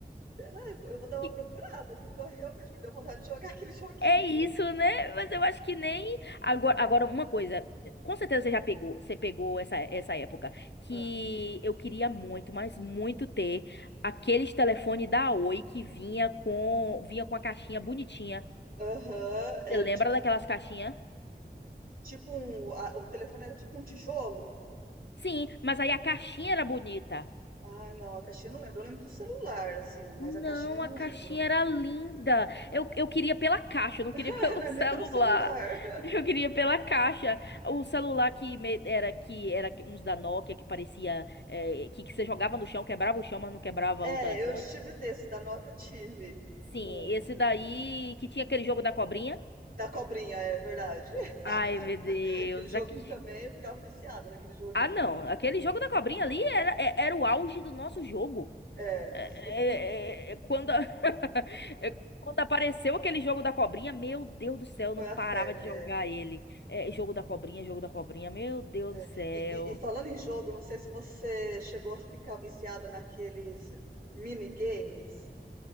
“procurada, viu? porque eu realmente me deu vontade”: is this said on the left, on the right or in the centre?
Right